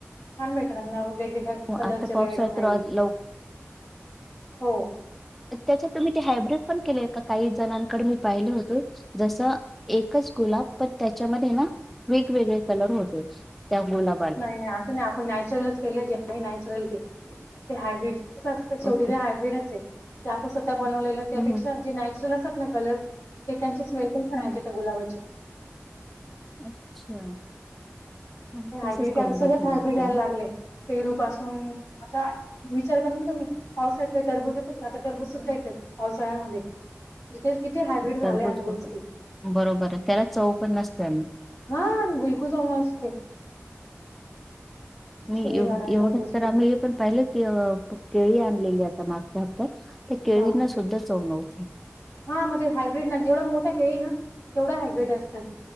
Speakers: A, on the left (about 70°); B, in the centre.
A: छान भेटल अंग ना वेगवेगळ. कलरचे
B: आता पावसाळ्यात
A: रेड व्हाईट
B: तर लव
A: हो.
B: त्याच्यात तुम्ही ते हायब्रीड कम केलेय काही जणांना इकडे मी पाहिल होतो, जसं एकच गुलाब पण तेच्यामध्ये ना. वेगवेगळे कलर होतेच. त्या मुला.
A: नाही नाही अस नाही आपण नॅचरलच केलं जे नॅचरल ते ते हायब्रिड असत शेवटी
B: ओके
A: जे हायब्र्रीड असे ते आपण स्वतः बनवलेलं त्यापेक्षा
B: हम्म हम्म
A: जे नॅचरल असतात ना कलर्स ते त्यांची स्मेल पण
B: हा
A: हायचे,
B: हा
A: त्या गुलाबाचे‌.
B: अच्छा. मग
A: ते हजरी
B: तसंच
A: काय
B: करून
A: तर सगळंच
B: बघेल मी आता
A: घ्यायला लागलें. पेरू पासून आता विचार करा ना, तुम्हीच पावसाच टरबूज. काय नाही तरबूज सुद्धा येतात पावसाळ्यामध्ये. किती हायब्रिड झालंय
B: तरबूज
A: आता गोष्टी.
B: ‌बरोबर आहे, त्याला चव पण नसतेल.
A: हा बिलकुल समजते.
B: म एव
A: हे झालाय
B: एवढंच
A: टरबूज सगळं
B: तर आम्ही हे पण, पहिले केळी आणलेली आता मागच्या हात त्या केळीन
A: हा
B: सुद्धा चव नव्हती.
A: हा मग ते हायब्रीड ना जेवढ मोठा केळी ना, तेवढ हायब्र्रीड असतात.